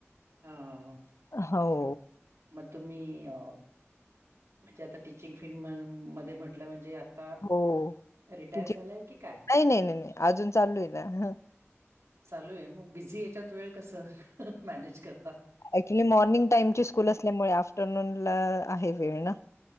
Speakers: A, on the right; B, on the left.
A: हं.
B: हो.
A: मग तुम्ही अ.. म्हणजे आता टीचिंग फील्ड म् मध्ये- म्हटलं म्हणजे आता
B: हो.
A: रिटायर
B: तिची
A: झालाय की काय?
B: नाही, नाही, नाही, नाही, अजून चालू आहे ना.
A: चालू आहे मग, बिझी याच्यात वेळ कस मॅनेज करता?
B: ऍक्च्युली मॉर्निंग टाइम ची स्कूल असल्यामुळे आफ्टरनून ला आहे वेळ ना.